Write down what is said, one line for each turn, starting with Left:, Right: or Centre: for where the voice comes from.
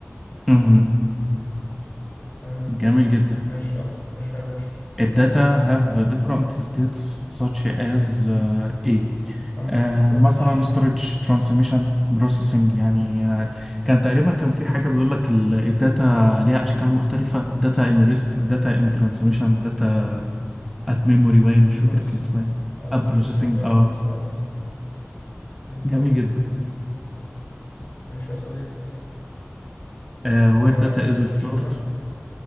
Centre: مهم.
Left: تمام يا هندسه
Centre: جميل جدا
Left: ماشي يلا خش يا باشا
Centre: الداتا have different states such as uh, A
Left: عندك
Centre: آه،
Left: ستورج
Centre: مثلا storage transmission processing يعني آه، كان تقريبا كان في حاجة بيقول لك ال- الداتا ليها أشكال مختلفة data in rest data in transmission data at memory باين مش
Left: بروسيسنج
Centre: فاكر كان اسمها
Left: بروسيسنج
Centre: إيه. at processing
Left: اه
Centre: اه
Left: بنحصل على processing. بالظبط
Centre: جميل جدا
Left: ماشي يا صديقي
Centre: آه، where
Left: آه،
Centre: data is
Left: اخش
Centre: stored
Left: انا